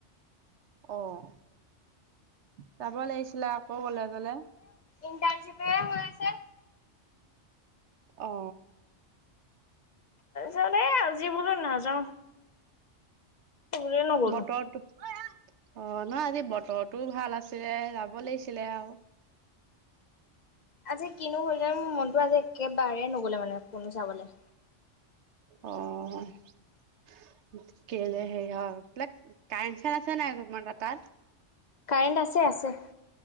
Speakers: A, on the right; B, on the left.
A: অঁ। যাব লাগিছিলে, আকৌ কলেজলে।
B: ইণ্টাৰনশিপ এ ম আছে।
A: অ।
B: হ। জেই আজিবলৈ নাযাও। বুলিয়ে নগলো।
A: বতৰ অ নহয় আজি বতৰটোও ভাল আছে যাব লাগিছিল ছিলে আৰু
B: আজি কিনো হল জানো মোৰ মনতো আজি একেবাৰে নগলে মানে কোনো চাবলৈ
A: অ কেলে সেৰি অ পাক কাইন চাইন আছে নাই তম তাত
B: কাৰেণ্ট আছে আছে